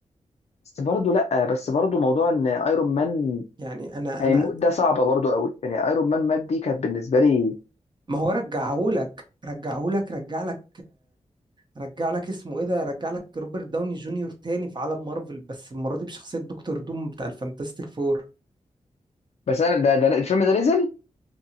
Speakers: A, on the left (about 60°); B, on the right (about 35°).
A: بس برضه لا بس برضه موضوع ان ايرون مان
B: يعني انا
A: هيموت
B: انا
A: ده صعبه برضه قوي يعني ايرون مان مات دي كانت بالنسبه لي
B: ما هو رجعهولك رجعهولك رجع لك رجع لك اسمه ايه ده رجع لك روبرت داوني جونيور تاني في عالم مارفل بس المره دي بشخصيه دكتور دوم بتاع الفانتاستيك فور
A: بس انا ده, ده الفيلم ده نزل